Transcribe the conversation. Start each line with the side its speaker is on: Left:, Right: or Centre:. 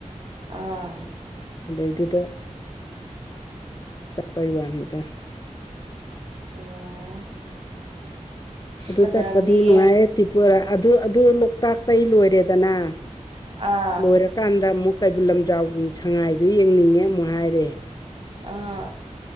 Right: ꯑꯥ
Left: ꯑꯗꯩꯗꯨꯗ ꯆꯠꯄꯩ ꯋꯥꯅꯤꯗ
Right: ꯑꯣ
Left: ꯑꯗꯨ
Right: ꯐꯖꯔꯝꯅꯤꯌꯦ
Left: ꯆꯠꯄꯗꯤ ꯅꯨꯡꯉꯥꯏꯔ ꯇ꯭ꯔꯤꯄꯥ ꯑꯗꯨ ꯑꯗꯨ ꯂꯣꯛꯇꯥꯛꯇꯩ ꯂꯣꯏꯔꯦꯗꯅ
Right: ꯑꯥ
Left: ꯂꯣꯏꯔꯀꯥꯟꯗ ꯑꯃꯨꯛ ꯀꯩꯕꯨꯜ ꯂꯝꯖꯥꯎꯒꯤ ꯁꯉꯥꯏꯗꯨ ꯌꯦꯡꯅꯤꯡꯉꯦ ꯑꯃꯨꯛ ꯍꯥꯏꯔꯦ
Right: ꯑꯥ